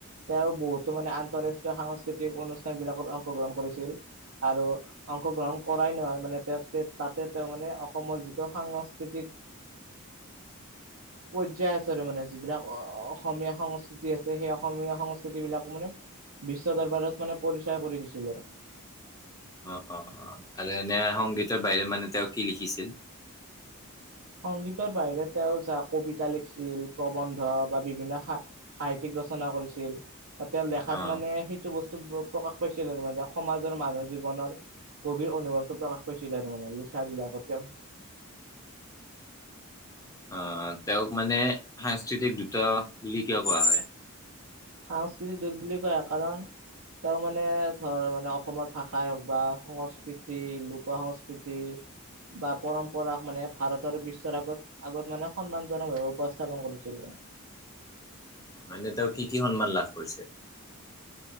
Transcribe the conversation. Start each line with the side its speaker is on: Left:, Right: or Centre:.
Right: তেওঁ বহুতো মানে আন্তঃৰাষ্ট্ৰীয় সাংস্কৃতিক অনুষ্ঠান বিলাকত অংশগ্ৰহণ কৰিছিল। আৰু অংশগ্ৰহণ কৰাই নহয় মানে। তেওঁ তাতে তেওঁ মানে অসমৰ যিটো সাংস্কৃতিক। পৰ্যায় আছে আৰু মানে যিবিলাক। অসমীয়া সংস্কৃতি আছে সেই অসমীয়া সংস্কৃতি বিলাকো মানে বিশ্ব দৰবাৰত মানে পৰিস্থি। কৰি দিছিল।
Left: <inaudible> অ, অ, অ, আৰু এনে সংগীতৰ বাহিৰে মানে তেওঁ কি লিখিছিল?
Right: সংগীতৰ বাহিৰে তেওঁ চা কবিতা লিখিছিল প্ৰবন্ধ বা বিভিন্ন সা সাহিত্যিক। ৰচনা কৰিছিল, আৰু তেওঁ লেখাত
Left: অ
Right: মানে সেইটো বস্তু। প্ৰকাশ পাইছিল আৰু মানে সমাজৰ মানুহ জীৱনৰ। কবিৰ অনুভৱটো প্ৰকাশ কৰিছিলে আৰু মানে লিখাবিলাক তেঁও।
Left: <inaudible> অহ, তেওঁক মানে সাংস্কৃতিক দ্ৰুত বুলি কিয় কোৱা হয়?
Right: সাংস্কৃতিক দ্ৰুত বুলি কোৱা কাৰণ। তেওঁ মানে ধৰ, মানে অসমৰ ভাষাই হওঁক বা সংস্কৃতি লোক সংস্কৃতি। বা পৰম্পৰাক মানে, ভাৰতৰ বিশ্বৰ আগত আগত মানে সন্মানজনক ভাৱে উপস্থাপন কৰিছিলে। <inaudible>
Left: মানে তেওঁ কি কি সন্মান লাভ কৰিছে?